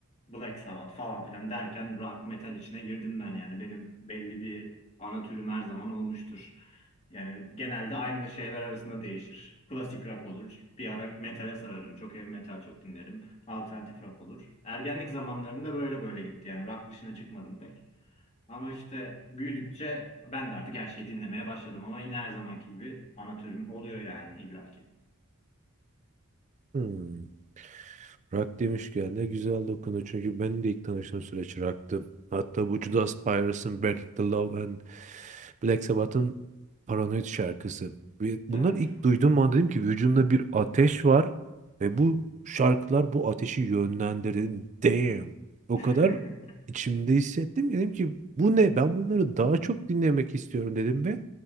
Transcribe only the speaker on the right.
Hmm. Rock demişken de güzel dokunu. Çünkü ben de ilk tanıştığım süreç rock'tı. Hatta bu Judas Priest'in Breaking the Law and Black Sabbath'ın Paranoid şarkısı. Ve Bunlar
ilk duyduğum an dedim ki vücudumda bir ateş var ve bu şarkılar bu ateşi yönlendirin. Damn. O
kadar içimde hissettim ki dedim ki bu ne? Ben bunları daha çok dinlemek istiyorum dedim ve